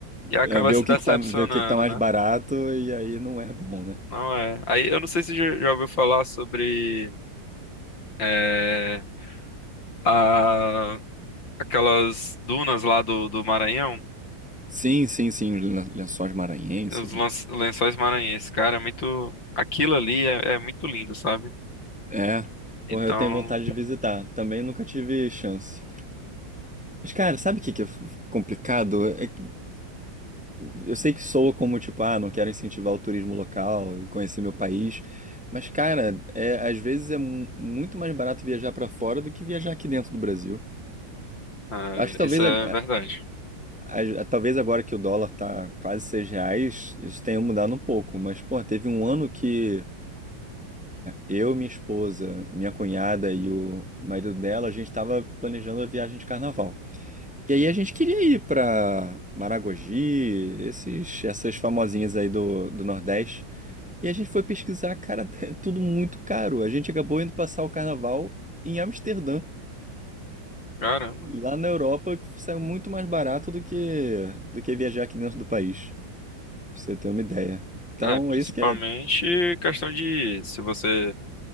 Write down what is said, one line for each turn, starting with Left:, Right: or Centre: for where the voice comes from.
Left: e acaba
Centre: É, ver
Left: se
Centre: o
Left: decepcionando,
Centre: que que tá, ver o que que tá mais
Left: né?
Centre: barato e aí não é bom, né?
Left: Não é. Aí eu não sei se já, já ouviu falar sobre é, a, aquelas dunas lá do, do Maranhão.
Centre: Sim, sim, sim, os len- lençóis maranhenses,
Left: Os lan-
Centre: né?
Left: lençóis maranhenses, cara, é muito. Aquilo ali é, é muito lindo, sabe?
Centre: É,
Left: Então,
Centre: porra, eu tenho vontade de visitar. Também nunca tive chance. Mas, cara, sabe o que que é f- complicado? É que, Eu sei que soa como, tipo, ah, não quero incentivar o turismo local, conhecer meu país. Mas, cara, é, às vezes é mu- muito mais barato viajar pra fora do que viajar aqui dentro do Brasil.
Left: ah,
Centre: Acho que talvez,
Left: isso é
Centre: a-
Left: verdade.
Centre: a- a- talvez agora que o dólar tá quase 6 reais, isso tenha mudado um pouco. Mas, pô, teve um ano que eu, minha esposa, minha cunhada e o marido dela, a gente tava planejando a viagem de carnaval. E aí a gente queria ir pra Maragogi, esses, essas famosinhas aí do, do Nordeste. E a gente foi pesquisar, cara, <laughs> tudo muito caro. A gente acabou indo passar o carnaval em Amsterdã,
Left: Caramba.
Centre: lá na Europa, que saiu muito mais barato do que do que viajar aqui dentro do país, pra você ter uma ideia. Então,
Left: É, principalmente
Centre: é isso que é.
Left: questão de se você